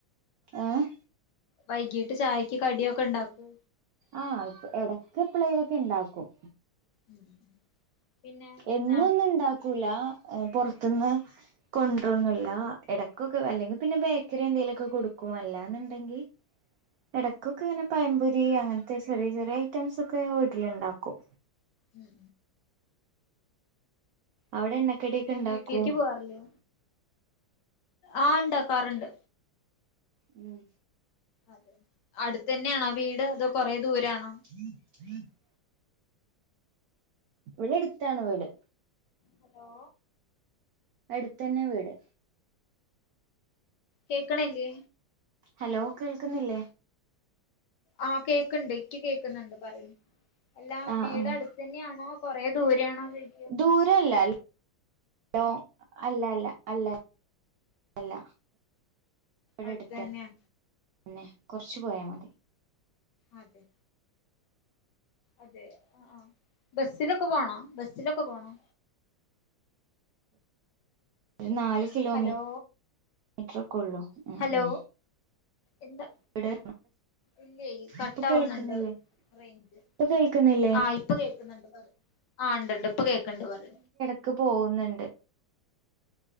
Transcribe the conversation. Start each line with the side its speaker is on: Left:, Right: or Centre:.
Right: ആഹ്
Left: വൈകീട്ട് ചായക്ക് കടിയൊക്കെണ്ടാക്കൂ
Right: ആഹ് എടക് എപ്ളേലൊക്കെണ്ടാക്കും.
Left: ഉം ഉം പിന്നെ
Right: എന്നൊന്നുണ്ടാക്കൂലാ
Left: ന
Right: പൊർത്ന്ന് കൊണ്ട്ര
Left: ഉം
Right: ഒന്നുല്ലാ എടക്കൊക്കെ അല്ലെങ്കി പിന്നെ ബേക്കറി എന്തേലൊക്കെ കൊടുക്കും അല്ലാന്നുണ്ടെങ്കി. എടയ്ക്കൊക്കെ ഇങ്ങനെ പയംപൊരി അങ്ങൻത്തെ ചെറിയ ചെറിയ ഐറ്റംസൊക്കെ വീട്ടിലുണ്ടാക്കും.
Left: ഉം.
Right: അവിടെ
Left: പിന്നെ
Right: എണ്ണക്കടിയൊക്കെ
Left: പിന്നെ
Right: ഇണ്ടാക്കോ
Left: വീട്ടിൽക്ക് പോവാറില്ലോ ആഹ് ഉണ്ടാക്കാറുണ്ട്.
Right: ഉം.
Left: അതെ അടുത്തതന്നെയാണോ വീട് അതോ കൊറേ ദൂരണോ?
Right: <inaudible> ഇവിടെ എടുത്താണ് വീട്.
Left: ഹലോ
Right: എടുത്തന്നെ വീട്
Left: കേക്കണില്ലേ
Right: ഹലോ കേൾക്കുന്നില്ലേ
Left: ആഹ് കേക്ക്ണ്ട് ഇക്ക് കേക്കുന്നുണ്ട് പറയ് എല്ലാ
Right: ആഹ്
Left: വീടടുത്ത
Right: ആഹ്
Left: തന്നെയാണോ കൊറേ ദൂരെയാണോ ചോയ്
Right: ദൂരല്ല അല്ല <unintelligible> അല്ല അല്ല ഇവിടെടുത്തന്നേ
Left: അടുത്തന്നെയാ
Right: കൊർച്ചു പോയാമതി
Left: അതെ അതെ ആ ആഹ് ബസ്സിലൊക്കെ പോണോ ബസ്സിലൊക്കെ പോണോ
Right: ഒരു നാല് കിലോമീ
Left: ഹലോ
Right: മീറ്റർ ഒക്കെ ഒള്ളൂ ഉം
Left: ഹലോ
Right: ഉം
Left: എന്താ
Right: ഇവിടെ
Left: ഇല്ലെ കട്ടാവുന്നുണ്ട്
Right: ഇപ്പൊ കേൾക്കുന്നില്ലേ
Left: റേഞ്ച്
Right: ഇപ്പൊ കേൾക്കുന്നില്ലേ
Left: ആഹ് ഇപ്പൊ കേക്കുന്നുണ്ട് പറി ആഹ് ണ്ട് ണ്ട് ഇപ്പൊ കേക്ക്ണ്ട് പറി
Right: ക്ക് പോകുന്നുണ്ട്